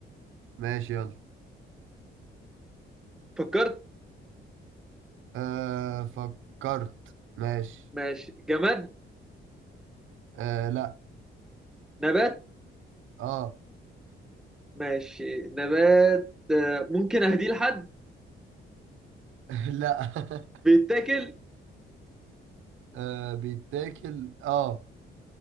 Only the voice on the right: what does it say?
ماشي يلا
أه فكرت ماشي
أه لا
اه
<laughs> لا <laughs>
أه بيتاكل اه